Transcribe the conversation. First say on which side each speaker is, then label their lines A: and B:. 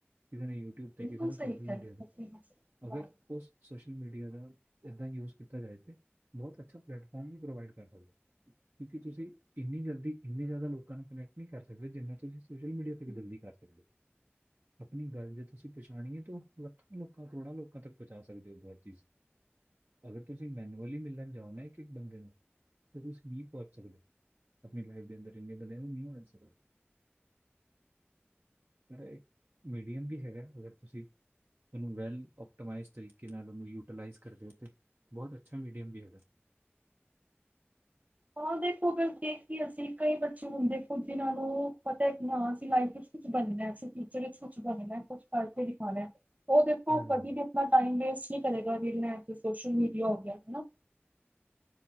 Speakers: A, on the right; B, on the right.
A: ਕਿਸੇ ਨੇ ਯੂਟਿਊਬ
B: ਬਿਲਕੁਲ
A: ਤੇ ਕਿਸੇ ਨੇ
B: ਸਹੀ
A: ਸੋਸ਼ਲ
B: ਕਹਿ
A: ਮੀਡੀਆ
B: ਰਹੇ
A: ਤੇ,
B: ਤੁਸੀਂ।
A: ਅਗਰ ਉਸ ਸੋਸ਼ਲ ਮੀਡੀਆ ਦਾ ਏਦਾਂ ਹੀ ਯੂਜ ਕੀਤਾ ਜਾਏ ਤੇ, ਬਹੁਤ ਅੱਛਾ ਪਲੇਟਫਾਰਮ ਵੀ ਪ੍ਰੋਵਾਈਡ ਕਰ ਸਕਦਾ। ਕਿਉਂਕਿ ਤੁਸੀਂ ਇੰਨੀ ਜਲਦੀ ਇੰਨੇ ਜ਼ਿਆਦਾ ਲੋਕਾਂ ਨੂੰ ਕਨੈਕਟ ਨਹੀ ਕਰ ਸਕਦੇ ਜਿੰਨਾ ਤੁਸੀਂ ਸੋਸ਼ਲ ਮੀਡੀਆ ਤੇ ਵੀ ਜਲਦੀ ਕਰ ਸਕਦੇ ਹੋ। ਆਪਣੀ ਗੱਲ ਜੇ ਤੁਸੀਂ ਪਹੁੰਚਾਣੀ ਏਤਾਂ ਉਹ ਲੱਖਾਂ ਲੋਕਾਂ ਕਰੋੜਾਂ ਲੋਕਾਂ ਤੱਕ ਪਹੁੰਚਾ ਸਕਦੇ ਹੋ ਹਰ ਚੀਜ਼। ਅਗਰ ਤੁਸੀਂ ਮੈਨੂਅਲੀ ਮਿਲਣ ਜਾਣਾ ਨਾ ਇੱਕ-ਇੱਕ ਬੰਦੇ ਨੂੰ, ਤਾਂ ਤੁਸੀਂ ਵੀ ਪਹੁੰਚ ਸਕਦੇ ਆਪਣੀ ਲਾਈਫ ਦੇ ਅੰਦਰ ਇੰਨੀੇ ਗੱਲ ਆ ਨਾ ਉਹ ਨੀ ਹੋ <unintelligible> ਸਰ ਏ, ਮੀਡੀਅਮ ਵੀ ਹੈਗਾ ਅਗਰ ਤੁਸੀਂ ਇਹਨੂੰ ਵੈੱਲ ਓਪਟਮਾਈਜ਼ ਤਰੀਕੇ ਨਾਲ ਉਹਨੂੰ ਯੂਟੀਲਾਈਜ਼ ਕਰਦੇ ਹੋ ਅਤੇ ਬਹੁਤ ਅੱਛਾ ਮੀਡੀਅਮ ਵੀ ਹੈਗਾ।
B: ਹਾਂ ਦੇਖੋ ਅਗਰ ਦੇਖਿਏ ਅਸੀਂ ਕਈ ਬੱਚੇ ਹੁੰਦੇ ਦੇਖੋ ਜਿਨਾਂ ਨੂੰ ਪਤਾ ਕਿ ਅਸੀ ਹਾਂ ਲਾਈਫ ਵਿੱਚ ਕੁਛ ਬਣਨਾ ਜਿੰਦਗੀ ਵਿੱਚ ਟੀਚਰ ਵਿੱਚ ਕੁਛ ਬਣਨਾ ਕੁਛ ਪੜ੍ਹ ਕੇ ਦਿਖਾਣਾ। ਉਹ ਦੇਖੋ
A: ਹਾਂਜੀ
B: ਕਦੇ ਵੀ ਆਪਣਾ ਟਾਈਮ ਵੇਸਟ ਨਹੀਂ ਕਰੇਗਾ ਜੀ ਇੱਥੇ ਸੋਸ਼ਲ ਮੀਡੀਆ ਹੋ ਗਿਆ ਹਨਾ